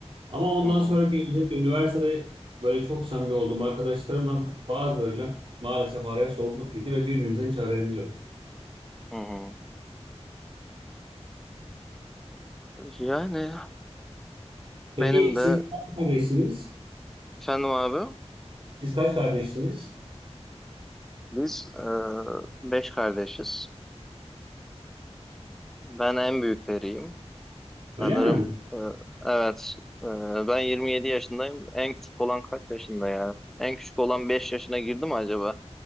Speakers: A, on the right; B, in the centre.
A: Ama ondan
B: hı hı,
A: sonraki özellikle üniversitede böyle çok samimi olduğum arkadaşlarımla bazılarıyla maalesef araya soğukluk girdi ve birbirimizden hiç haberimiz yok.
B: hı hı. Yani benim
A: Peki siz
B: de
A: kaç kardeşsiniz?
B: Fenu abi,
A: Siz kaç kardeşsiniz?
B: biz e, beş kardeşiz. Ben en büyükleriyim.
A: Öyle
B: Sanırım
A: mi?
B: e, evet. E, ben 27 yaşındayım. En küçük olan kaç yaşında ya? En küçük olan 5 yaşına girdi mi acaba?